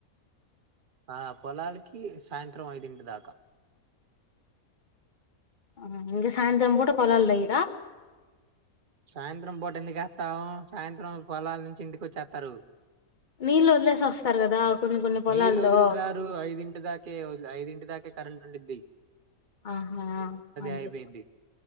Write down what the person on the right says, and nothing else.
ఆ పొలాలకి సాయంత్రం ఐదింటి దాకా
సాయంత్రం పూట ఎందుకు వేస్తాం సాయంత్రం పొలాల నుంచి ఇంటికి వచ్చేస్తారు
నీళ్ళు వదిలి రారు ఐదు ఇంటి దాకే ఐడు ఇంటి దాకే కరెంట్ ఉండిది
అయిపోయిద్ది